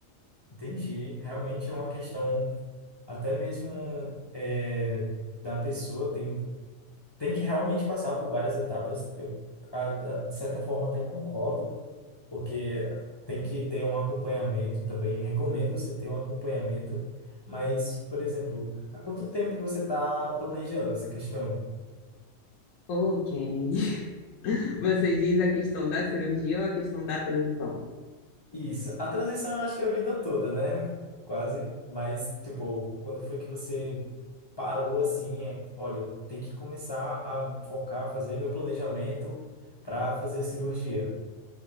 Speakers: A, on the left; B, on the left.
A: Entendi. Realmente é uma questão até mesmo é, da pessoa. Tem tem que realmente passar por várias etapas. Eu, a- a- de certa forma, até concordo, porque tem que ter um acompanhamento também. Recomendo você ter um acompanhamento. Mas, por exemplo, há quanto tempo você está planejando essa questão?
B: Ô, Kennedy, <laughs> você diz a questão da cirurgia ou a questão da transição?
A: Isso. A transição, eu acho que é a vida toda, né? Quase. Mas, tipo, quando foi que você parou assim? é, Olha, tem que começar a focar, fazer meu planejamento para fazer a cirurgia.